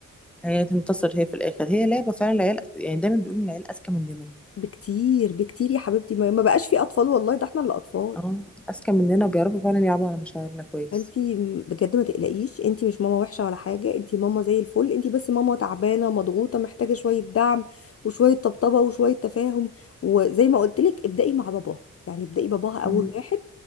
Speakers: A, in the centre; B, on the left.
A: هي تنتصر هي في الاخر هي لعبه فعلا العيال يعني دايما بيقولوا ان العيال اذكى مننا
B: بكتير بكتير يا حبيبتي ما ما بقاش في اطفال والله ده احنا اللي اطفال
A: اه اذكى مننا وبيعرفوا فعلا يلعبوا على مشاعرنا كويس
B: انتي بجد ما تقلقيش انتي مش ماما وحشه ولا حاجه انتي ماما زي الفل انتي بس ماما تعبانه مضغوطه محتاجه شويه دعم وشويه طبطبه وشويه تفاهم وزي ما قلت لك ابدأي مع باباها يعني ابدأي باباها اول
A: مم.
B: واحد